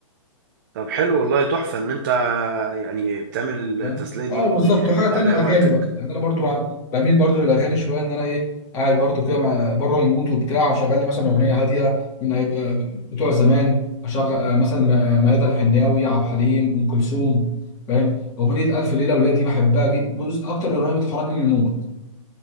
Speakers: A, on the right; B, on the left.
A: طب حلو والله تحفة ان انت يعني بتعمل
B: فاهم
A: التسلية دي
B: اه بالظبط
A: بت- يعني
B: وحاجه
A: بتضيع
B: تانية
A: بيها
B: الاغاني
A: وقتك
B: بقى يعني انا برضو بع- بميل برضو للاغاني شويه ان انا ايه قاعد برضو كده مع- بره المود وبتاع اشغل لي مثلا اغنيه هاديه من أي- بتوع زمان اشغل آه، مثلا م- آه، ميادة الحناوي عبد الحليم ام كلثوم فاهم اغنيه الف ليله وليله دي بحبها جدا بص اكتر اغنيه بتخرجني من المود